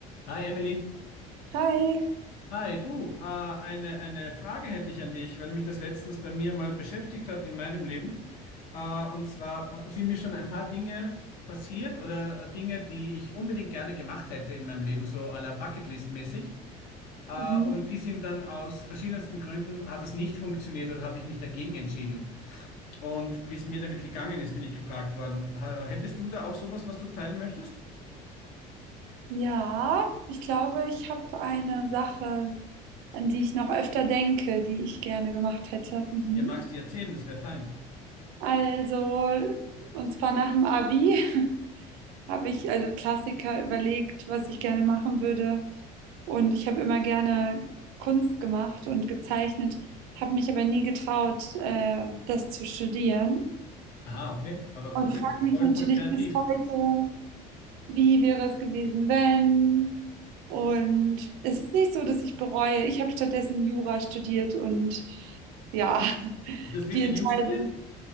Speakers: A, on the left; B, on the right.
A: Hi Emily.
B: Hi.
A: Hi, du, äh, eine, eine Frage hätte ich an dich, weil mich das letztens bei mir mal beschäftigt hat in meinem Leben. Äh, und zwar äh, sind mir schon ein paar Dinge passiert oder äh, Dinge, die ich unbedingt gerne gemacht hätte in meinem Leben, so à la Bucketlist-mäßig. Äh,
B: Mhm.
A: und die sind dann aus verschiedensten Gründen, hat es nicht funktioniert oder habe ich mich dagegen entschieden. Und wie es mir damit gegangen ist, bin ich gefragt worden. H- äh, Hättest du da auch sowas, was du teilen möchtest?
B: Ja, ich glaube, ich habe eine Sache, an die ich noch öfter denke, die ich gerne gemacht hätte. Mhm.
A: Ja, magst du erzählen, das wäre fein.
B: Also, und zwar nach dem Abi <laughs> habe ich also Klassiker überlegt, was ich gerne machen würde. Und ich habe immer gerne Kunst gemacht und gezeichnet, habe mich aber nie getraut, äh, das zu studieren.
A: Aha, okay, aber
B: Und
A: cool,
B: frage mich
A: voll,
B: natürlich
A: voll kreativ.
B: bis heute, wie wäre es gewesen, wenn? Und es ist nicht so, dass ich bereue. Ich habe stattdessen Jura studiert und ja, <laughs>
A: Du hast wirklich
B: die Entscheidung.
A: Jus studiert?